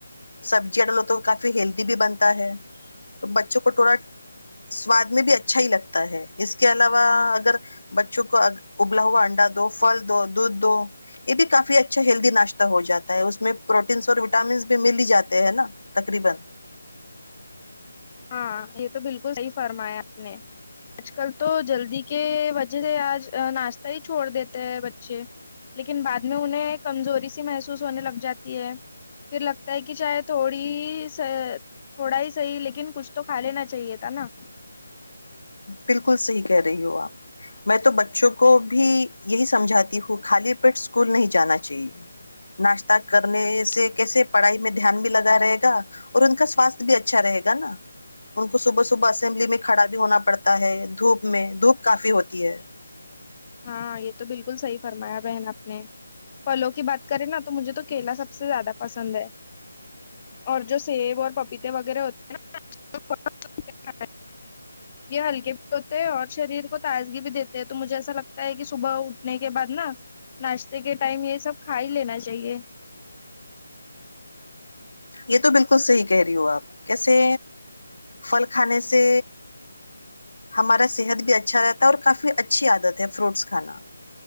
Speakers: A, on the left (about 70°); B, on the left (about 30°).
A: سبزیاں ڈالو تو کافی ہیلدی بھی بنتا ہے بچوں کو ٹوراٹ سواد میں بھی اچھا ہی لگتا ہے اس کے علاوہ اگر بچوں کو ابلا ہوا انڈا دو فھل دو دودھ دو یہ بھی کافی اچھا اچھا ہیلدی ناشتہ ہو جاتا ہے اس میں پروٹینز اور وٹامنز بھی مل ہی جاتے ہیں نا تقریبا
B: ہاں یہ تو بالکل صحیح فرمایا آپ نے آج کل تو جلدی کے وجہ سے آج ناشتہ ہی چھوڑ دیتے ہیں بچے لیکن بعد میں انہیں کمزوری سی محسوس ہونے لگ جاتی ہے پھر لگتا ہے کہ چاہے تھوڑی تھوڑا ہی صحیح لیکن کچھ تو کھا لینا چاہیے تھا نا
A: بالکل صحیح کہہ رہی ہو آپ میں تو بچوں کو بھی یہی سمجھاتی ہوں خالی پیٹ اسکول نہیں جانا چاہیے ناشتہ کرنے سے کیسے پڑھائی میں دھیان بھی لگا رہے گا اور ان کا سواستھ بھی اچھا رہے گا نا ان کو صبح صبح اسمبلی میں کھڑا بھی ہونا پڑھتا ہے دھوپ میں دھوپ کافی ہوتی ہے
B: ہاں یہ تو بالکل صحیح فرمایا بہن آپ نے پھلوں کی بات کریں نا تو مجھے تو کیلا سب سے زیادہ پسند ہے اور جو سیب اور پپیتے وغیرہ ہوتے ہیں نا یہ ہلکے بھی ہوتے ہیں اور شریر کو تازگی بھی دیتے ہیں تو مجھے ایسا لگتا ہے کہ صبح اٹھنے کے بعد نا ناشتے کے ٹائم یہ سب کھا ہی لینا چاہیے
A: یہ تو بالکل صحیح کہہ رہی ہو آپ کیسے پھل کھانے سے ہمارا صحت بھی اچھا رہتا ہے اور کافی اچھی عادت ہے فروٹس کھانا